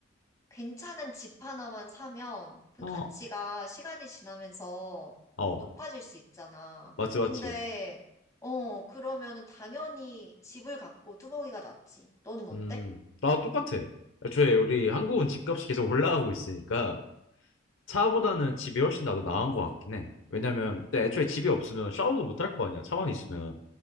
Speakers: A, on the left; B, on the left.
A: 괜찮은 집 하나만 사면 그
B: 어,
A: 가치가 시간이 지나면서
B: 어,
A: 높아질 수 있잖아.
B: 맞지,
A: 근데,
B: 맞지.
A: 어, 그러면은 당연히 집을 갖고 뚜벅이가 낫지. 너는 어때?
B: 음, 나도 똑같아. 애초에 우리 한국은 집값이 계속 올라가고 있으니까, 차보다는 집이 훨씬 나도 나은 것 같긴 해. 왜냐면, 근데 애초에 집이 없으면 샤워도 못 할 거 아니야. 차만 있으면.